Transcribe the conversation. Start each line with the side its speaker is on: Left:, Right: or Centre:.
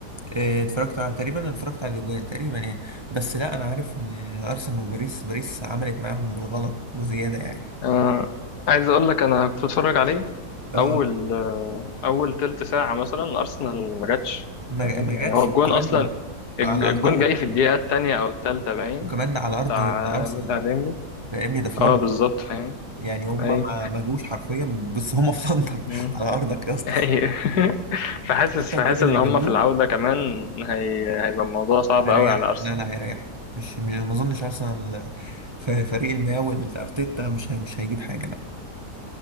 Right: آه، اتفرجت على تقريبا اتفرجت على الاجوان تقريبا يعني بس لا انا عارف ان ارسنال وباريس باريس عملت معاهم بالغلط وزياده يعني
Left: آه عايز اقول لك انا كنت بتفرج عليه
Right: اه
Left: اول آه اول تلت ساعه مثلا ارسنال ما جاتش
Right: ما
Left: فاهم
Right: ما جاتش
Left: يعني هو الجون
Right: وكمان
Left: اصلا الج-
Right: على
Left: الجون
Right: ارضها
Left: جاي في الدقيقه الثانيه او الثالثه باين
Right: وكمان ده على ارض
Left: بتاع
Right: ارسنال
Left: بتاع ديمبلي
Right: فاهمني ده في لندن
Left: اه بالظبط فاهم
Right: يعني هما
Left: اي
Right: ما ما جوش حرفيا بس هما في لندن
Left: مم.
Right: <laughs> على ارضك يا اسطى
Left: اي <laughs> فحاسس
Right: حتى
Left: فحاسس
Right: الجون اللي
Left: ان
Right: جابوه
Left: هم في العوده كمان هي... هيبقى الموضوع صعب
Right: هيريح
Left: قوي على ارسنال
Right: لا لا هيريح مش م- ما اظنش ارسنال في فريق المياوي الارتيتا مش مش هيجيب حاجه لا